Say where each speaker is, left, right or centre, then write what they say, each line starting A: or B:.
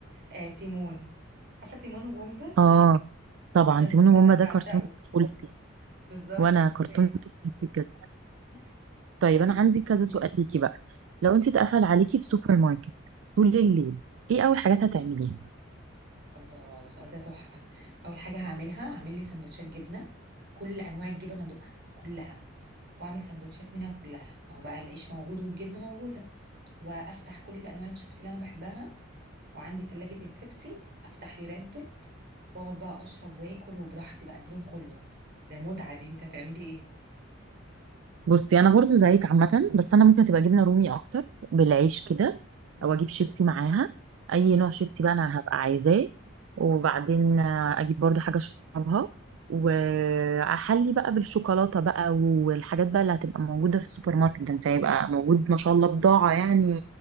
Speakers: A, on the right; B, on the right.
A: آه، تيمون عارفة تيمون وبومبا؟
B: اه طبعا
A: انا
B: تيمون وبومبا
A: انا
B: ده
A: بعشقه
B: كرتون طفولتي
A: بالظبط
B: وانا
A: انا
B: كرتون
A: كمان
B: طفولتي بجد
A: <laughs>
B: طيب
A: طيب
B: انا عندي كذا
A: قوليلي
B: سؤال ليكي بقى لو انتي اتقفل عليكي في سوبر ماركت طول الليل ايه اول حاجات هتعمليها
A: الله السؤال ده تحفة أول حاجة هعملها هعمل لي سندوتشات جبنة كل أنواع الجبن أدوقها كلها وأعمل سندوتشات منها كلها ما هو بقى العيش موجود والجبنة موجودة وأفتح كل أنواع الشيبس اللي أنا بحبها وعندي تلاجة البيبسي أفتح لي راد بول وأقعد بقى أشرب وآكل وبراحتي بقى اليوم كله ده متعة دي أنت هتعملي إيه؟
B: بصي انا برضو زيك عامه بس انا ممكن تبقى جبنه رومي اكتر بالعيش كده
A: مم.
B: او اجيب شيبسي معاها اي
A: مم.
B: نوع شيبسي بقى انا هبقى عايزاه وبعدين آه، اجيب برضو حاجه اشربها واحلي بقى بالشوكولاته بقى والحاجات بقى اللي هتبقى موجوده في السوبر ماركت ده انت هيبقى موجود ما شاء الله بضاعه يعني